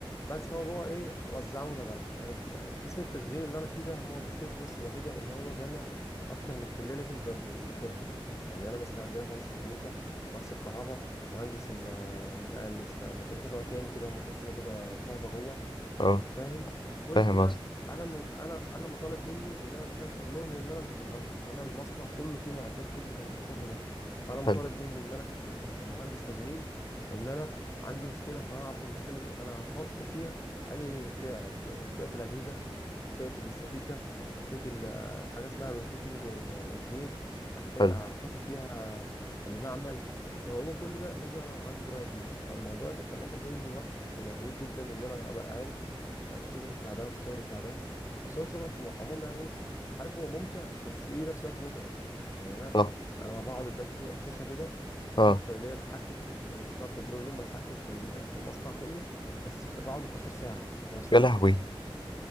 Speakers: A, on the left; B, on the left.
A: بس فهو جوه ايه وزعونا بقى آه، ك- قسم التشغيل اللي انا فيه ده هو مشكلته بس الوحيدة ان هو جامع اكتر من كلية لازم تبقى مز- مذاكرها يعني انا مثلا عندنا مهندس الميكانيكا مهندس الكهرباء مهندس ال- الميكا- الست- الميكانيكا نوع تاني كده هم بيقسموا كذا شعبة جوه
B: اه
A: فاهم كل
B: فاهم
A: ده
B: اصلا
A: انا مت... انا انا مطالب مني ان انا بفهم شغلهم لان انا اللي بشغلهم انا المصنع كله فيه معدات كل الشغل ده فانا مطالب
B: حلو
A: مني ان انا ك- كمهندس تشغيل ان انا عندي مشكله فهعرف المشكله دي انا هخاطب فيها انهي فئه فئه الاجهزه طب فئه الاستاتيكا طب فئه ال- حاجه اسمها روتيتنج انجينير هخاطب
B: حلو
A: فيها المعمل فهو كل ده لازم انا عندي درايه بيه فالموضوع كان اخد مني وقت ومجهود جدا ان انا ابقى عارف الشغل بتاع ده والشغل بتاع ده بس هو الشغل في العموم يعني عارف هو ممتع بس ايه نفس الوقت متعب يعني انا
B: صح
A: انا لما بقعد قدام شا- شاشه كده
B: اه
A: شاشه اللي هي بتحكم في- اسمها كنترول روم بتحكم في ال- في المصنع كله بس خ- بقعد 12 ساعه متواصلين
B: يا لهوي